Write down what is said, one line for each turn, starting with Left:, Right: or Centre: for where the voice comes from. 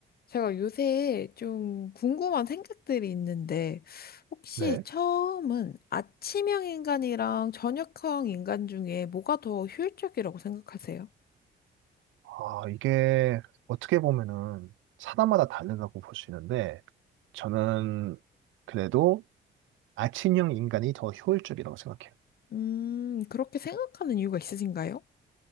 Left: 제가 요새 좀 궁금한 생각들이 있는데, 혹시
Right: 네.
Left: 처음은 아침형 인간이랑 저녁형 인간 중에 뭐가 더 효율적이라고 생각하세요?
Right: 아, 이게 어떻게 보면은 사람마다 다르다고 볼 수 있는데, 저는 그래도 아침형 인간이 더 효율적이라고 생각해요.
Left: 음, 그렇게 생각하는 이유가 있으신가요?